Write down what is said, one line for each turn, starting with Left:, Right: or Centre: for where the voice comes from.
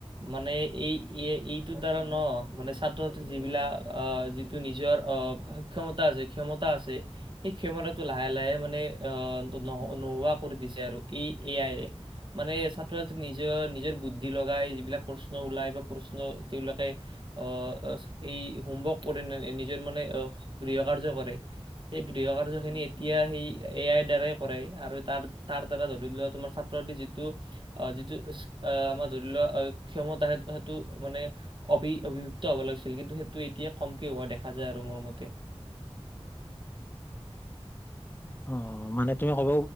Right: মানে এই এইটোৰ দ্বাৰা ন মানে ছাত্ৰ যিবিলাক যিটো নিজৰ অ সক্ষমতা আছে ক্ষমতা আছে সেই ক্ষমতাটো লাহে লাহে মানে আহ ন নোহোৱা কৰি দিছে আৰু এই এ আই এ মানে ছাত্ৰ ছাত্ৰী নিজৰ নিজৰ বুদ্ধি লগাই যিবিলাক প্ৰশ্ন ওলায় বা প্ৰশ্ন তেওঁলোকে ও সেই হোমৱৰ্ক কৰে ন নিজৰ মানে ও গৃহকাৰ্য কৰে সেই গৃহকাৰ্যখিনি এতিয়া সেই এ আইৰ দ্বাৰাই কৰে আৰু তাৰ তাৰ দ্বাৰা ধৰি লওক তোমাৰ ছাত্ৰ ছাত্ৰী যি টো আহ যিটো আহ আমাৰ ধৰি লোৱা ক্ষমতােই সেইটো মানে অবি অবিভুক্ত হব লাগিছিল কিন্তু সেইটো এতিয়া কমকে হোৱা দেখা যায় আৰু মোৰ মতে
Left: অ মানে তুমি ক'ব